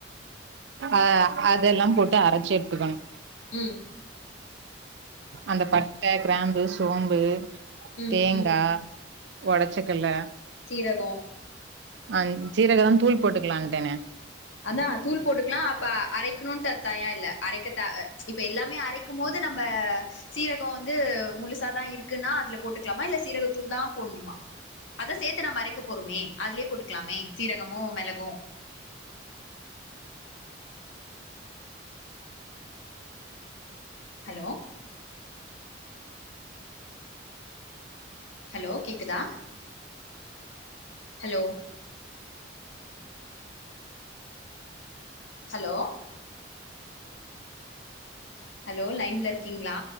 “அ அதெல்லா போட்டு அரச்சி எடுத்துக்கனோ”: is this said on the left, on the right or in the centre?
Right